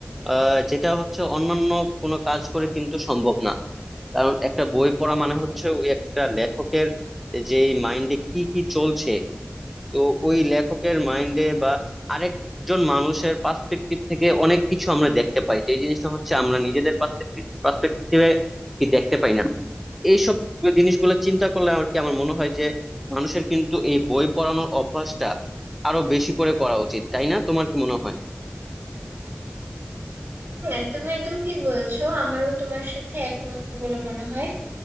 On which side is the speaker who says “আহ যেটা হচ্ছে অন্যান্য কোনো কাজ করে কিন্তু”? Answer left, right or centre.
Centre